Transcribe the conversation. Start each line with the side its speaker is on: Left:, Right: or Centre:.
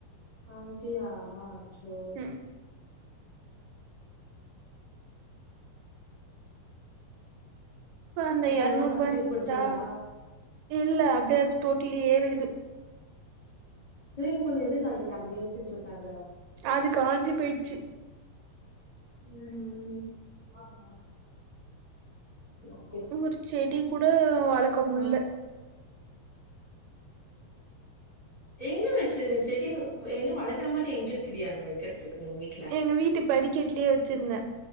Left: அங்கயா அச்சோ
Right: ம் அந்த
Left: இப்ப
Right: எரநூறுபா
Left: என்னா பண்ண தூக்கி போட்டியா
Right: தா இல்ல அப்டியே அது தொட்டிலயே இருக்குது
Left: வெளிய போடு எதுக்கதுலயே அப்டியே வச்சிட்ருக்காத
Right: அது காஞ்சி போய்ச்சு
Left: ம் சரி வக்கிற
Right: ஒரு செடி கூட வளக்க
Left: ஆ
Right: முட்ல
Left: எங்க வச்சு செடி எங்க வளக்கற மாரி எங்க இருக்கிறியாங்க வ <unintelligible>
Right: எங்க வீட்டு படிக்கட்லயே வச்சிருந்த